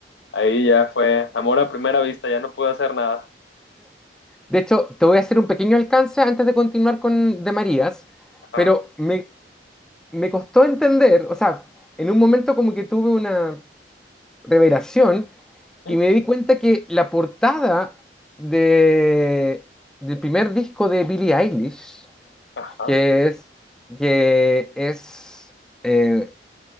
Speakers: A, on the left; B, in the centre.
A: ahí ya fue amor a primera vista, ya no pude hacer nada.
B: De hecho, te voy a hacer un pequeño alcance antes de continuar con De Marías,
A: Ajá,
B: pero me, me costó entender, o sea, en un momento como que tuve una revelación
A: ujú,
B: y me di cuenta que la portada de, del primer disco de Billie Eilish,
A: ajá.
B: que es, que es eh,